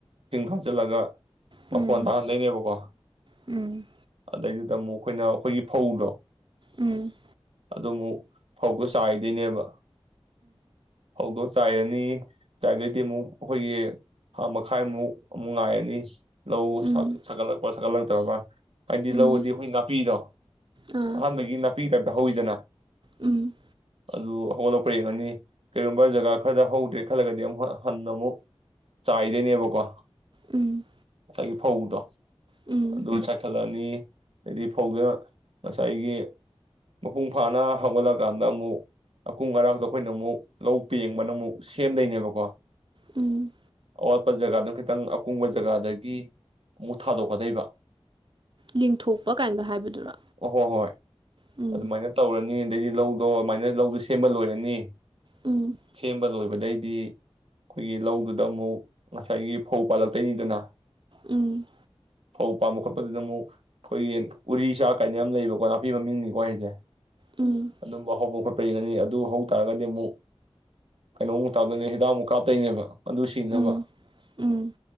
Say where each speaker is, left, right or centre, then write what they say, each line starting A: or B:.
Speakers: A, on the right; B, on the right.
A: ꯏꯁꯤꯡ ꯊꯥꯖꯜꯂꯒ ꯃꯐꯣꯟ
B: ꯎꯝ
A: ꯇꯥꯥꯍꯟ ꯂꯩꯅꯦꯕꯀꯣ
B: ꯎꯝ ꯎꯝ
A: ꯑꯗꯩꯗꯨꯗ ꯑꯃꯨꯛ ꯑꯩꯈꯣꯏꯅ ꯑꯩꯈꯣꯏꯒꯤ ꯐꯧꯗꯣ
B: ꯎꯝ
A: ꯑꯗꯨ ꯑꯃꯨꯛ ꯐꯧꯗꯣ ꯆꯥꯏꯗꯣꯏꯅꯦꯕ ꯍꯧꯗ ꯆꯥꯏꯔꯅꯤ ꯆꯥꯏꯕꯏꯗꯤ ꯑꯃꯨꯛ ꯑꯩꯈꯣꯏꯒꯤꯥ ꯊꯥ ꯃꯈꯥꯏꯃꯨꯛ ꯑꯃꯨꯛ ꯉꯥꯏꯔꯅꯤ ꯑꯣ
B: ꯎꯝ
A: ꯁꯥ ꯁꯥꯒꯇꯂꯛꯄ ꯁꯀꯜꯂ ꯇꯕꯕ <inaudible> ꯍꯥꯏꯗꯤ
B: ꯎꯝ
A: ꯂꯧꯔꯗꯤ
B: ꯎꯝ
A: ꯑꯩꯈꯣꯏ ꯅꯥꯄꯤꯗꯣ
B: ꯑꯥ
A: ꯑꯍꯥꯟꯕꯒꯤ ꯅꯥ <inaudible> ꯗꯥꯏꯞꯗ ꯍꯧꯏꯗꯅ
B: ꯎꯝ
A: ꯑꯗꯨ ꯍꯧꯒꯠꯂꯛꯄ ꯌꯦꯡꯉꯅꯤ ꯀꯔꯤꯒꯨꯝꯕ ꯖꯒꯥ ꯈꯔꯗ ꯍꯧꯗ꯭ꯔꯦ ꯈꯜꯂꯒꯗꯤ ꯑꯃꯨꯛ ꯍꯣ ꯍꯟꯅ ꯑꯃꯨꯛ ꯆꯥꯏꯗꯣꯏꯅꯦꯕꯀꯣ
B: ꯎꯝ
A: ꯒꯤ ꯐꯧꯗꯣ
B: ꯎꯝ
A: ꯆ <inaudible> ꯆꯠꯂꯅꯤ ꯑꯗꯩꯗꯤ ꯐꯧꯗ ꯉꯁꯥꯏꯒꯤ ꯃꯄꯨꯡ ꯐꯥꯅ ꯍꯧꯒꯠꯂꯀꯥꯟꯗ ꯑꯃꯨꯛ ꯑꯀꯨꯡ ꯑꯔꯇ ꯑꯩꯈꯣꯏꯅ ꯑꯃꯨꯛ ꯂꯧ ꯄꯦꯡꯕꯅ ꯑꯃꯨꯛ ꯁꯦꯝꯗꯣꯏꯅꯦꯕꯀꯣ
B: ꯎꯝ
A: ꯑꯋꯥꯠꯄ ꯖꯒꯥꯗꯨ ꯈꯤꯇꯪ ꯑꯀꯨꯡꯕ ꯖꯒꯥꯗꯒꯤ ꯑꯃꯨꯛ ꯊꯥꯗꯣꯛꯀꯗꯣꯏꯕ
B: ꯂꯦꯡꯊꯣꯛꯄ ꯀꯥꯏꯅꯒ ꯍꯥꯏꯕꯗꯨꯔꯣ
A: ꯑꯣ ꯍꯣ ꯍꯣꯏ
B: ꯎꯝ
A: ꯑꯗꯨꯃꯥꯏꯅ ꯇꯧꯔꯅꯤ ꯑꯗꯩꯗꯤ ꯂꯧ ꯑꯣ ꯑꯃꯥꯏꯅ ꯂꯧꯗꯨ ꯁꯦꯝꯕ ꯂꯣꯏꯔꯅꯤ
B: ꯎꯝ
A: ꯁꯦꯝꯕ ꯂꯑꯣꯏꯕ ꯑꯗꯩꯗꯤ ꯑꯩꯈꯣꯏꯒꯤ ꯂꯧꯗꯨꯗ ꯑꯃꯨꯛ ꯉꯁꯥꯏꯒꯤ ꯐꯧ ꯄꯥꯜꯂꯛꯇꯣꯏꯅꯤꯗꯅ
B: ꯎꯝ
A: ꯐꯧ ꯄꯥꯜ ꯃꯨꯛ ꯈꯣꯠꯄꯗꯨꯗ ꯑꯃꯨꯛ ꯑꯩꯈꯣꯏꯒꯤ ꯎꯔꯤ ꯆꯥꯛ ꯀꯥꯏꯅ ꯌꯥꯝ ꯂꯩꯕꯀꯣ ꯅꯥꯄꯤ ꯃꯃꯤꯡꯅꯤꯀꯣ ꯍꯥꯏꯖꯦ
B: ꯎꯝ
A: ꯑꯗꯨꯝꯕ ꯍꯧꯕ ꯈꯣꯠꯄ ꯌꯦꯒꯅꯤ ꯑꯗꯨ ꯍꯧꯇꯥꯥꯔꯒꯗꯤ ꯑꯃꯨꯛ ꯀꯩꯅꯣꯃꯨꯛ ꯇꯥꯛꯇꯣꯏꯅꯦ ꯍꯤꯗꯥꯛꯃꯨꯛ ꯀꯥꯞꯇꯣꯏꯅꯦꯕ ꯑꯗꯨ ꯁꯤꯅꯕ
B: ꯎꯝ ꯎꯝ